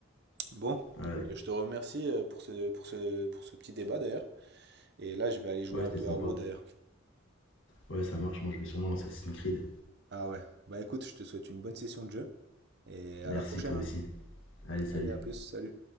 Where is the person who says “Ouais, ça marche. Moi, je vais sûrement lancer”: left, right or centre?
Left